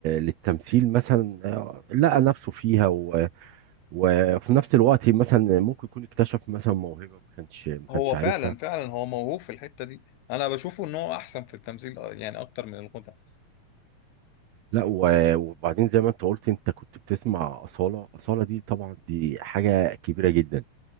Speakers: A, on the right; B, on the left.
A: للتمثيل مثلا آه، لقى نفسه فيها و... وفي نفس الوقت مثلا ممكن يكون اكتشف مثلا موهبة ما كانش ما كانش
B: هو
A: عارفها
B: فعلا فعلا هو موهوب في الحتة دي أنا بشوفه إن هو أحسن في التمثيل آه، يعني أكتر من الغنى
A: لا و... وبعدين زي ما انت قلت انت كنت بتسمع أصالة أصالة دي طبعا دي حاجة كبيرة جدا